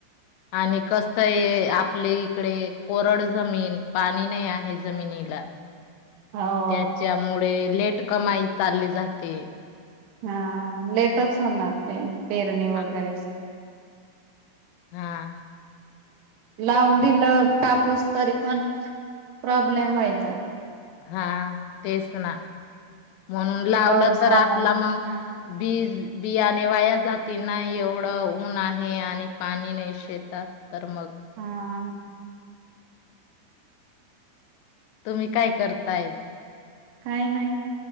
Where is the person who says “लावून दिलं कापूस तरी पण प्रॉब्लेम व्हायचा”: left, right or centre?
Right